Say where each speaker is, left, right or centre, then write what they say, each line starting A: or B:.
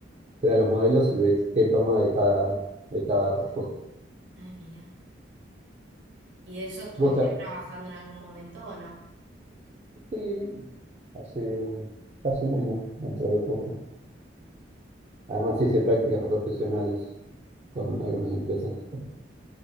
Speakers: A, on the right; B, on the right.
A: crea los modelos y ve qué toma de cada, de cada respuesta.
B: Ay, mira. ¿Y de eso estuviste
A: Vos ya-
B: trabajando en algún momento o no?
A: sí, hace casi un año, dentro de poco. Además hice prácticas profesionales con algunas empresas.